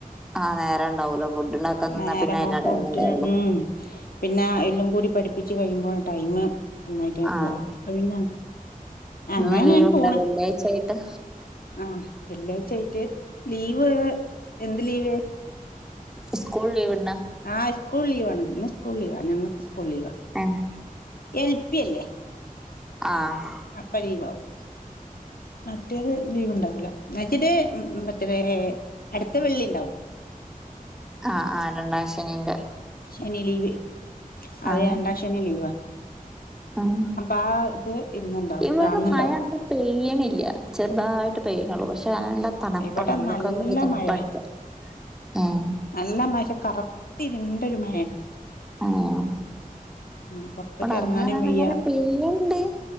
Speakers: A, in the centre; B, on the left.
A: ആഹ് നേരം ഉണ്ടാവൂല ഫുഡ് ഉണ്ടാക്കാൻ
B: നേരെ
A: നിന്നാ പിന്നെ
B: പ്പം
A: അയിനാ
B: ഫുഡ്
A: ടൈം ഉണ്ടാവുള്ളു
B: ഉം പിന്നെ എല്ലം കൂടി പഠിപ്പിച്ച് കഴിയുമ്പോ ടൈം ഒന്നായിട്ട്
A: ആഹ്
B: ഇതാവും പ്പൊ പിന്നെ അങ്ങനെയാണ്
A: ഇന്ന് ലീവ് ഉണ്ടോ
B: പോണ്
A: വെള്ളിയാഴ്ച ആയിട്ട്.
B: ആഹ് വെള്ളിയാഴ്ച്ചായിട്ട് ലീവ് എന്ത് ലീവ്?
A: ഉസ്കൂൾ ലീവ്ണ്ടാ
B: ആഹ് സ്കൂൾ ലീവാണ്. ഇന്ന് സ്കൂൾ ലീവാ ഞങ്ങക്ക് സ്കൂൾ ലീവാ.
A: ഏഹ്
B: എൽ പി അല്ലേ
A: ആഹ്
B: അപ്പ ലീവാവും. മറ്റേത് ലീവ്ണ്ടാവൂലാ. മറ്റേത് അട്ത്ത വെള്ളിണ്ടാവും.
A: ആഹ് ആഹ് രണ്ടാം ശനിന്റെ
B: ശനി ലീവ് അതെ
A: ആഹ്
B: രണ്ടാ ശനി ലീവാ.
A: ഉം
B: അപ്പൊ ആ ഇത് ഇന്നുണ്ടാവും
A: ഇവിടെ
B: അന്നുണ്ടാവും.
A: മഴ അങ്ങനെ പെയ്യണില്ല ചെറുതായിട്ട് പെയ്യണുള്ളൂ പക്ഷെ നല്ല തണുപ്പാണ്
B: ഇവിടെ
A: ഉള്ളൊക്കെ
B: നല്ല
A: ഒക്കെന്ത്‌ തണുപ്പ
B: മഴ
A: അട്ച്ച ആഹ്
B: നല്ല മയെ കറത്തിരിണ്ട ഒരു മഴയാണ്
A: ആഹ്
B: ഉം പൊറത്ത്ക്ക്
A: വടെ
B: എറങ്ങാനും
A: അങ്ങനെങ്ങനെ
B: വയ്യ
A: പെയ്യ്ണ്ട്